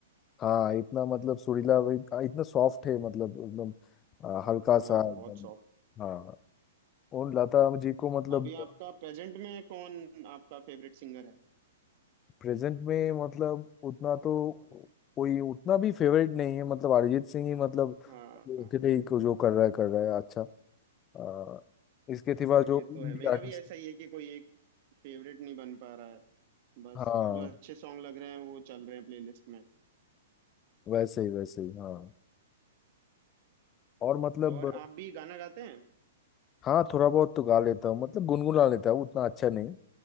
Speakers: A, on the left; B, on the right.
A: हाँ इतना मतलब सुरीला भी- आ, इतना सॉफ्ट है मतलब एकदम आ, हल्का सा
B: हाँ
A: एकदम
B: बहुत सॉफ्ट
A: हाँ और लता जी को मतलब
B: अभी आपका प्रेजेंट में कौन आपका फेवरेट सिंगर है
A: प्रेजेंट में मतलब उतना तो कोई उतना भी फेवरेट नहीं है मतलब अरिजीत सिंह ही मतलब
B: हाँ
A: उनके ही को जो कर रहा है कर रहा है अच्छा आ, इसके सिवा
B: हाँ
A: जो
B: ये तो
A: इंडी
B: है मेरा
A: आर्टिस्ट
B: भी ऐसा ही है कि कोई एक फेवरेट नहीं बन पा रहा है बस
A: हाँ
B: जो अच्छे सॉन्ग लग रहे हैं वो चल रहे हैं प्लेलिस्ट में
A: वैसे ही वैसे ही हाँ और मतलब
B: और आप भी गाना गाते हैं
A: हाँ थोड़ा बहुत तो गा लेता हूँ मतलब गुनगुना लेता हूँ उतना अच्छा नहीं